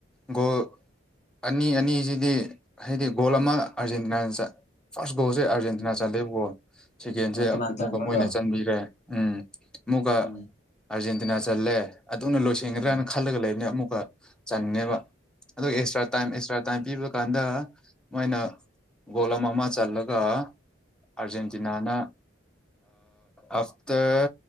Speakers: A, in the centre; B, on the left.
A: ꯒꯣꯜ ꯑꯅꯤ ꯑꯅꯤꯁꯤꯗꯤ ꯍꯥꯏꯗꯤ ꯒꯣꯜ ꯑꯃ ꯑꯥꯔꯖꯦꯟꯇꯤꯅꯥꯅ ꯆꯠꯕ ꯐꯥꯔꯁ ꯒꯣꯜꯁꯦ ꯑꯥꯔꯖꯦꯟꯇꯤꯅꯥ
B: ꯎꯝ.
A: ꯆꯠꯂꯦꯕꯀꯣ ꯁꯦꯀꯦꯟꯁꯦ
B: ꯑꯣ ꯀꯅꯥ
A: ꯑꯃꯨꯛꯀ
B: ꯆꯟꯕ꯭ꯔꯗꯣ
A: ꯃꯣꯏꯅ ꯆꯟꯕꯤꯈ꯭ꯔꯦ ꯎꯝ ꯃꯨꯛꯀ
B: ꯎꯝ
A: ꯑꯥꯔꯖꯦꯟꯇꯤꯅꯥ ꯆꯜꯂꯦ ꯑꯗꯨꯅ ꯂꯣꯏꯁꯟꯒꯗ꯭ꯔꯥꯅ
B: ꯑꯣ
A: ꯈꯜꯂꯒ ꯂꯩꯕꯅꯦ ꯑꯃꯨꯛꯀ ꯆꯥꯟꯂꯦꯕ ꯑꯗꯨꯒ ꯑꯦꯛꯁꯇ꯭ꯔꯥ ꯇꯥꯏꯝ ꯑꯦꯛꯁꯇ꯭ꯔꯥ ꯇꯥꯏꯝ ꯄꯤꯕ ꯀꯥꯟꯗ ꯃꯣꯏꯅ ꯒꯣꯂꯝ ꯑꯃ ꯆꯜꯂꯒ ꯑꯥꯔꯖꯦꯟꯇꯤꯅꯥꯅ ꯑꯐꯇꯔ